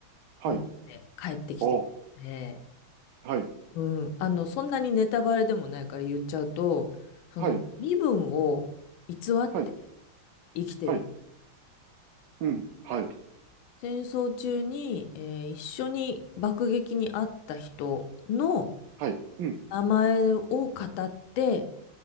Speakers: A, on the right; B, on the left.
A: はい、
B: 持って帰ってきてるので、
A: お、はい、
B: うん、あの、そんなにネタバレでもないから言っちゃうと、その身分を偽って
A: はい、はい、
B: 生きてる。
A: はい、うん。はい。
B: 戦争中に、えー一緒に爆撃に遭った人の
A: はい。うん。
B: 名前を語って、